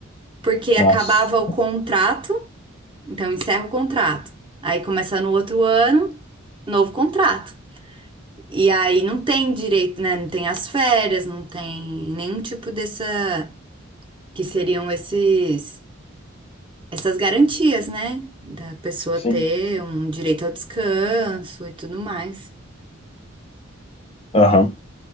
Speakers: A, on the right; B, on the left.
A: porque
B: Nossa,
A: acabava o contrato, então encerra o contrato. Aí começa no outro ano, novo contrato. E aí não tem direito, né? Não tem as férias, não tem nenhum tipo dessa, que seriam esses essas garantias, né? Da pessoa
B: sim.
A: ter um direito ao descanso e tudo mais.
B: Aham.